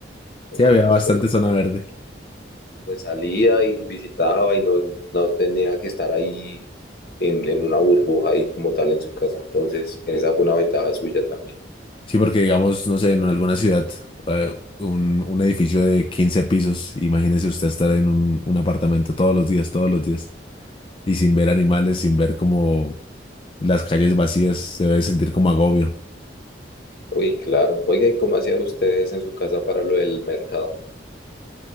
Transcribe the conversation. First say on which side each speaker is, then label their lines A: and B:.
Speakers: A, on the left (about 55°); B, on the left (about 30°).
A: Entonces,
B: Sí, había bastante
A: pues
B: zona verde.
A: pues salía y visitaba y no, no tenía que estar ahí en, en una burbuja ahí como tal en su casa. Entonces, esa fue una ventaja suya también.
B: Sí, porque digamos, no sé, en alguna ciudad, eh, un, un edificio de 15 pisos, imagínese usted estar en un, un apartamento todos los días, todos los días, y sin ver animales, sin ver como las calles vacías, se debe sentir como agobio.
A: Uy, claro. Oiga, ¿y cómo hacían ustedes en su casa para lo del mercado?